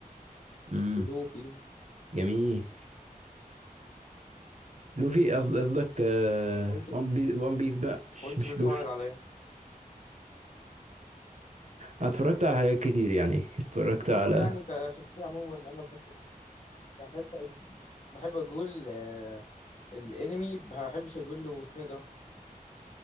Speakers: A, on the right; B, on the left.
A: امم
B: ولوفي
A: جميل لوفي قصد- قصدك آه،
B: وأنت
A: وان بيس وان بيس بقى مش
B: وأنت
A: مش
B: بتتفرج
A: لوفي
B: على إيه؟
A: أنا اتفرجت على حاجات كتير يعني اتفرجت
B: ما
A: على
B: هو يعني كشخصية عموما أنا بحب بحب بحب أقول آه، الانمي ما بحبش اقول له اسمه ده